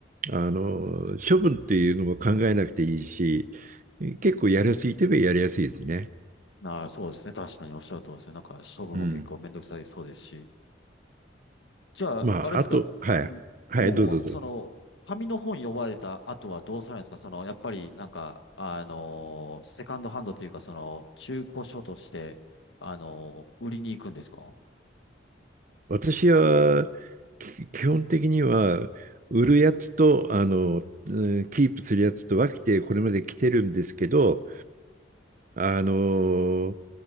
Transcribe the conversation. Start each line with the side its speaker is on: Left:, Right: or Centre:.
Right: あの、処分っていうのも考えなくていいし、結構やりやすいといえばやりやすいですね。
Left: なあ、そうですね。確かにおっしゃるとおりですね。なんか、処分も結構めんどくさいそうですし。
Right: うん。
Left: じゃあ、
Right: まあ、
Left: あれですか、
Right: あと、はい、
Left: うん、
Right: はい、
Left: 本を、
Right: どうぞどうぞ。
Left: その、紙の本読まれた後はどうされるんですかその、やっぱりなんか、あのーセカンドハンドというか、その、中古書として、あのー売りに行くんですか
Right: 私は、き基本的には、売るやつと、あの、うんキープするやつと分けてこれまで来てるんですけど、あの、